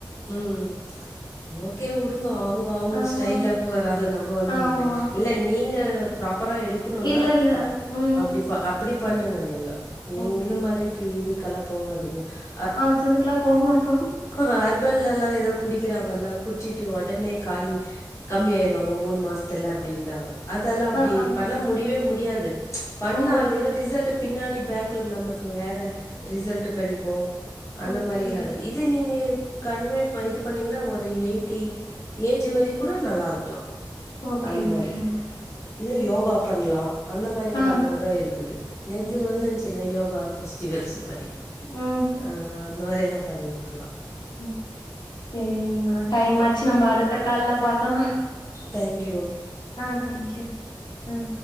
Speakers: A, on the left; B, on the left.
A: ம் ம் ஓகே உடுங்க அவ் அவுங்க அவுங்க
B: அதான்.
A: ஸ்டைல்ல போறாக நம்ம ஒன்னு பண்ணமுடியாது
B: ஆமா.
A: இல்ல நீங்க ப்ராப்பரா எடுக் குணுனா
B: இல்ல, இல்ல. ம்.
A: அப்டி அப்டி பண்ணுங்க நீங்க நீங்க
B: ஓகேங்க.
A: இந்த மாரி ஃபி இதுக்கெல்லா போவாதீங்க அ
B: ஆம்ஸ் இதுக்கெல்லா போமாட்டோ
A: ஹ ஹர்பல்ல எல்லா ஏதோ குடிக்கிறாங்கல்ல குடிச்சிட்டு உடனே காலி கம்மிய ஆயிருவாங்க மூணு மாசத்துல அப்டின்டாங்க அதெல்லா அப்டி
B: அ, ஆ. ஆ.
A: பண்ண முடியவே முடியாது பண்ணாலியு
B: ஓ!
A: ரிசல்ட்டு பின்னாடி பேக்ல நம்மளுக்கு வேற ரிசல்ட் கெடைக்கு அந்த
B: ஓகே.
A: மாரி எல்லா இரு இ இது நீங்க கன்வே இது பண்ணீங்கன்னா ஒரு எயிட்டி ஏஜ் வரிக்கு கூட நல்லா இருக்கலாம
B: ஓகே,
A: அந்த
B: ஓகேங்க.
A: மாதிரி இல்லை யோகா பண்ணலா அந்த மாதிரி எல்லா
B: ஆ.
A: கூட இருக்குது நேத்து
B: ஓகே.
A: வந்துச்சில யோகா ஃபெஸ்டிவல்ஸ் மாதிரி
B: ம்.
A: அ அந்த மாதிரில்லா பண்ணிருக்கலா
B: ம் சரிங்கம்மா டைம் ஆச்சு நம்ம அடுத்த கால்ல பாக்கலா
A: தேங்க் யூ
B: ஆ தேங்க்யூ உ